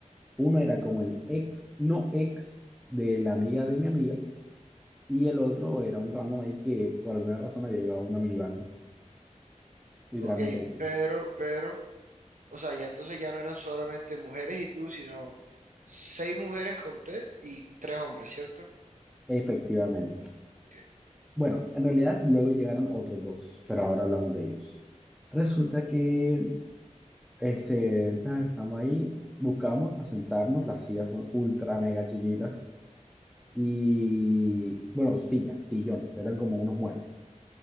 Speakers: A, in the centre; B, on the right.
A: Uno era como el ex, no ex de la amiga de mi amiga Y el otro era un random ahí que por alguna razón había llevado una minivan. Literalmente,
B: Ok,
A: él sí-
B: pero, pero, o sea, ya entonces ya no eran solamente mujeres y tú, sino seis mujeres conté y tres hombres, ¿cierto?
A: efectivamente.
B: Ok,
A: Bueno, en realidad luego llegaron otros dos, pero ahora hablamos de ellos. Resulta que este, tal, estamos ahí, buscamos para sentarnos, las sillas son ultra mega chiquitas y, bueno, sillas, sillones, eran como unos muebles.